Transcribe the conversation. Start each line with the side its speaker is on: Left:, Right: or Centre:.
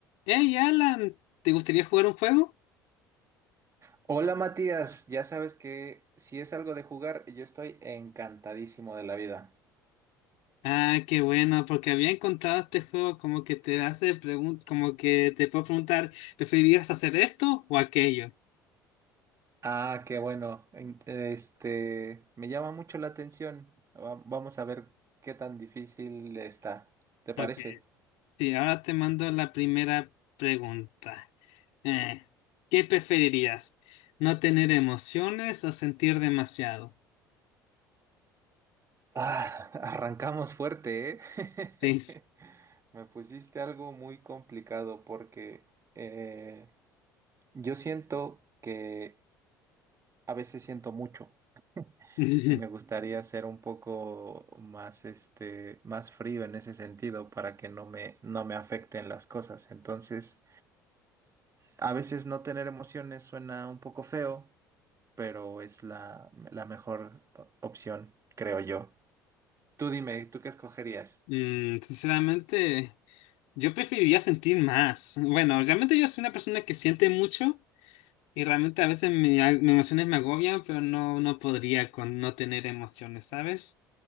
Left: Hey Alan, ¿te gustaría jugar un juego?
Right: Hola Matías, ya sabes que si es algo de jugar, yo estoy encantadísimo de la vida.
Left: Ah, qué bueno, porque había encontrado este juego como que te hace preguntas, como que te puedo preguntar, ¿preferirías hacer esto o aquello?
Right: Ah, qué bueno. En- Este, me llama mucho la atención. Va- Vamos a ver qué tan difícil está. ¿Te parece?
Left: Ok, sí, ahora te mando la primera pregunta. Eh, ¿qué preferirías? ¿No tener emociones o sentir demasiado?
Right: Ah, <laughs> arrancamos fuerte, ¿eh?
Left: Sí.
Right: <laughs> Me pusiste algo muy complicado porque eh, yo siento que a veces siento mucho.
Left: <laughs>
Right: Y me gustaría ser un poco más, este, más frío en ese sentido para que no me, no me afecten las cosas. Entonces, a veces no tener emociones suena un poco feo, pero es la, la mejor o- opción, creo yo. Tú dime, ¿tú qué escogerías?
Left: Mm, sinceramente, yo preferiría sentir más. Bueno, realmente yo soy una persona que siente mucho. Y realmente a veces me a- mis emociones me agobian, pero no, no podría con no tener emociones, ¿sabes?